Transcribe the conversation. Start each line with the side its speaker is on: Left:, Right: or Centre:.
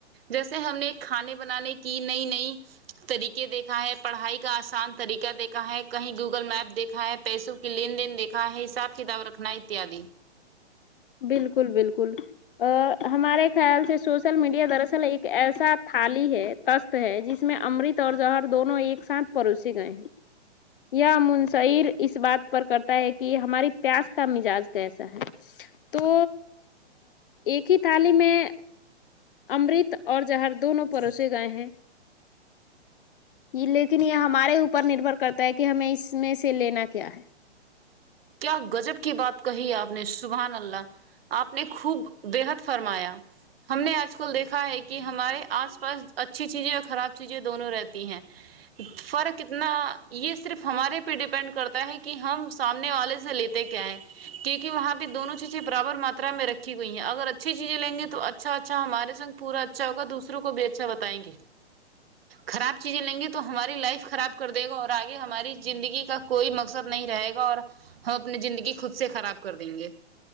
Right: جیسے ہم نے کھانے بنانے کی نئی نئی طریقے دیکھا ہے پڑھائی کا آسان طریقہ دیکھا ہے کہیں گوگل میپ دیکھا ہے پیسوں کی لین دین دیکھا ہے حساب کتاب رکھنا اتیادی
Left: بالکل بالکل ا ہمارے خیال سے سوشل میڈیا درصل ایک ایسا تھالی ہے ہے جس میں امرت اور جوہر دونوں ایک ساتھ پروسے گئے ہیں یا منشر اس بات پر کرتا ہے کہ ہماری پیاس کا مزاج کیسا ہے تو ایک ہی تھالی میں امرت اور جہر دونوں پڑوسے گائے ہیں یہ لیکن یہ ہمارے اوپر نربھر کرتا ہے کہ ہمیں اس میں سے لینا کیا ہے
Right: کیا غظب کی بات کہی آپ نے سبحان اللہ آپ نے خوب بےحد فرمایا ہم نے آج کل دیکھا ہے کہ ہمارے آس پاس اچھی چیزیں اور خراب چیزیں دونوں رہتی ہیں فرق اتنا یہ صرف ہمارے پہ ڈیپینڈ کرتا ہے کہ ہم سات اپنے والے سے لیتے کیا ہے کیونکہ وہاں پہ دونوں چیزیں برابر ماترا میں رکھی گئی ہیں اگر اچھی چیزیں لیں گے تو اچھا اچھا اچھا ہمارے سنگ پورا اچھا ہوگ دوسروں کو بھی اچھا بتائیں گے خراب چیزیں لیں گی تو ہماری لائف خراب کر دے گا اور آگے ہماری زندگی کا کوئی مقصد نہیں رہے گا اور اپنی زندگی خود سے خراب کر دیں گے